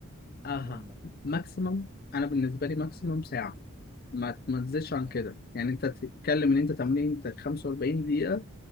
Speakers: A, on the left (about 45°); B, on the right (about 20°).
A: اها
B: اليوم مثلا
A: ماكسيمم انا بالنسبه لي ماكسيمم ساعه ما ما تزيدش
B: تمام
A: عن كده يعني انت تتكلم ان انت تمرين 45 دقيقه